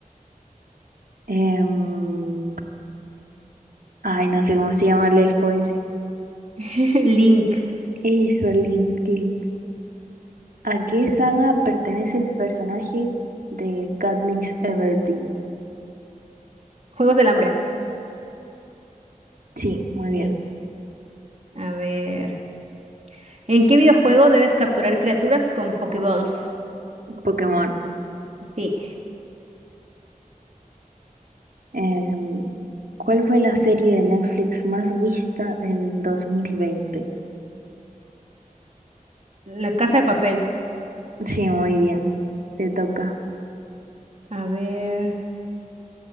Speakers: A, on the right (about 85°); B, on the right (about 50°).
A: Em, ay, no sé cómo se llama el elfo ese.
B: <laughs> Link.
A: Eso, Link, Link. ¿A qué saga pertenece el personaje de Katniss Everdeen?
B: Juegos del Hambre.
A: Sí, muy bien.
B: Sí. A ver, ¿en qué videojuego debes capturar criaturas con Pokéballs?
A: Pokémon.
B: Sí.
A: Em, ¿cuál fue la serie de Netflix más vista en 2020?
B: La Casa de Papel.
A: <laughs> Sí, muy bien. Te toca
B: A ver.